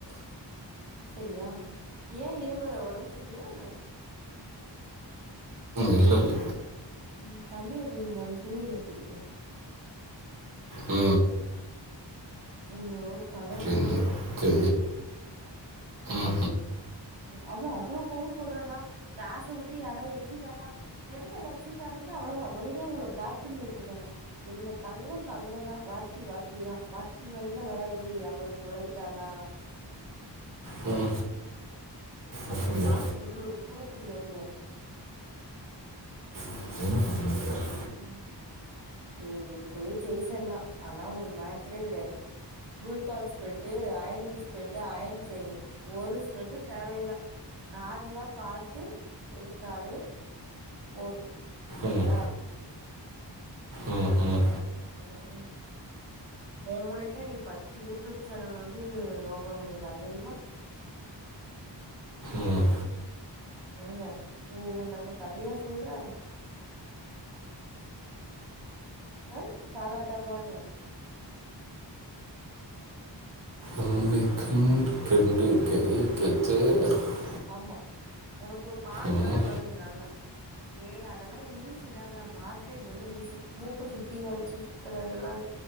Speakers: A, on the right (about 75°); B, on the right (about 45°).
A: செரியா ஏன் இருமுற ஒடம்பு சரில்லியா என்ன
B: இல்லல்ல
A: ம் தண்ணிய குடி மொதல்ல சுடுதண்ணிய குடி நைட்
B: ஆ
A: அய்யோ கடவுளே
B: எனக்கு ஆ
A: அவ அவ்ளோ கோவப்படுரான்டா க்லாஸ்ஸ வுட்டு யாரா எக்சிட் ஆனா எதுக்கு எல்லா எக்சிட் ஆனீங்னா அவ்வளதா ஒரேடியா உங்கள பிளாக் பண்ணி வுட்ருவேங்க எங்க தங்கொ தங்கொந்தா வாத்தி வாத்திதா வாத்தி மாரிலா வராதுடி அவ்ளோ பொலைட்டாலா
B: ம் அப்படியா
A: எங்க வாத்தி வந்து ஒரு புழு குட்டிவாத்தியார்
B: <inaudible>
A: ம் ஏய் எப் எப்படியு ஜெயிச்சர்லா அதல்லா ஒரு மேட் மற்றே கிடையாது புல்கால் ஸ்பரெ் அயனிங் ஸ்ப்ரெட் அயன் பெயிண் ஒரு ஸ்பரெடு தேவையில்ல நார்மலா பாத்து த்து எடுத்தாலே போது சரியா
B: ம் ம் ம்
A: ம் ம் உ முளைக்குகெல்லா நீ பத்து யூடியூப் சேனல் வந்து உ ஓபன் பண்ணிக்கலா தெரியுமா
B: ம்
A: என்ன உ ஊ என்ன கதையா சொல்றே ம் தாலாட்டா பாடுர
B: <unintelligible>
A: ஆமா ஆ உனக்கு பாட்டு
B: ம்
A: வேற வருது நல்லா ஏய் அதெல்லா ஈஸிதான்ல்ல மார்க்கெட் வந்து ஈஸி மூக்க சுத்தி வளைச்சு சுத்துறதெல்லா